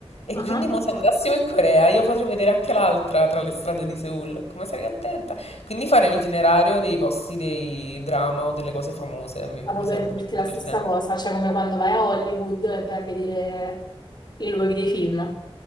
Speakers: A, on the left; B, on the left.
A: E
B: Ah.
A: quindi mo se andassimo in Corea io potrei vedere anche l'altra tra le strade di Seoul. Come sarei contenta? Quindi fare l'itinerario dei posti dei drama o delle cose famose mi,
B: Stavo
A: mi
B: per
A: sarebbe
B: dirti
A: troppo
B: la
A: divertente.
B: stessa cosa, cioè come quando vai a Hollywood e vai a vedere i luoghi dei film.